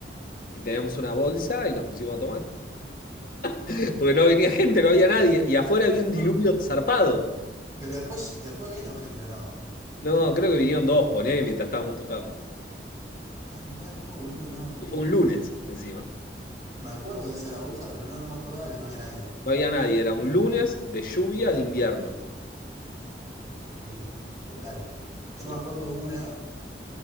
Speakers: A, on the left (about 50°); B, on the right (about 20°).
A: Y teníamos una bolsa y nos pusimos a tomar. <laughs> Porque no venía gente, no había nadie. Y afuera había un diluvio
B: No,
A: zarpado.
B: Pero después, después vino gente, ¿o no?
A: No, creo que vinieron dos, poné, mientras estábamos tocando.
B: Ah, mirá, no, boludo, no, no.
A: Y fue un lunes encima. No
B: Me acuerdo de eso de la bolsa, pero no, no me acordaba que no había nadie.
A: había nadie, era un lunes de lluvia de invierno.
B: Terrible, letal. Yo
A: Porque
B: me acuerdo una